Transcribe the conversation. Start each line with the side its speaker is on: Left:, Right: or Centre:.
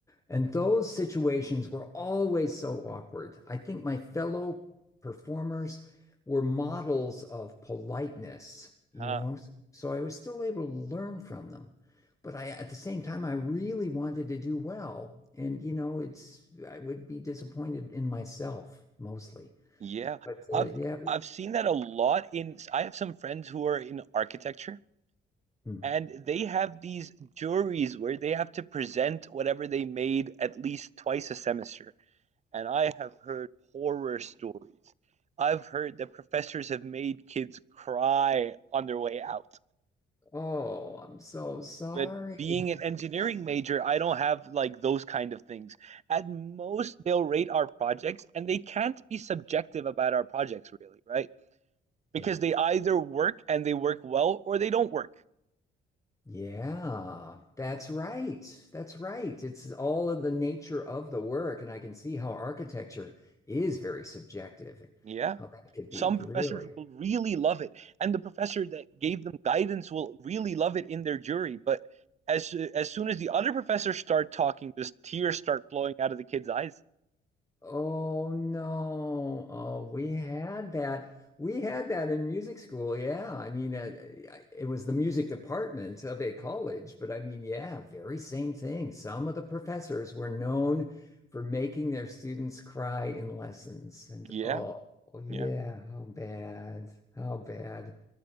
Left: And those situations were always so awkward. I think my fellow performers were models of politeness, you
Right: Huh.
Left: know, so I was still able to learn from them but I at the same time I really wanted to do well, and you know it's I would be disappointed in myself mostly.
Right: Yeah.
Left: But
Right: I've
Left: uh, yeah,
Right: I've seen that a lot in I have some friends who are in architecture,
Left: mm.
Right: and they have these juries where they have to present whatever they made at least twice a semester, and I have heard horror stories. I've heard that professors have made kids cry on their way out.
Left: oh, I'm so sorry.
Right: but being an engineering major, I don't have like those kind of things. At most, they'll rate our projects, and they can't be subjective about our projects, really, right? Because
Left: Yeah.
Right: they either work and they work well, or they don't work.
Left: Yeah, that's right. That's right. It's all of the nature of the work, and I can see how architecture is very subjective and
Right: Yeah.
Left: how that could
Right: Some
Left: be really.
Right: professors will really love it, and the professor that gave them guidance will really love it in their jury. But as as soon as the other professors start talking, just tears start flowing out of the kids' eyes.
Left: Oh no. Oh, we had that. We had that in music school. Yeah. I mean, uh, I- it was the music department of a college, but I mean, yeah, very same thing. Some of the professors were known for making their students cry in lessons. And
Right: Yeah.
Left: oh, yeah,
Right: Yeah.
Left: how bad. How bad.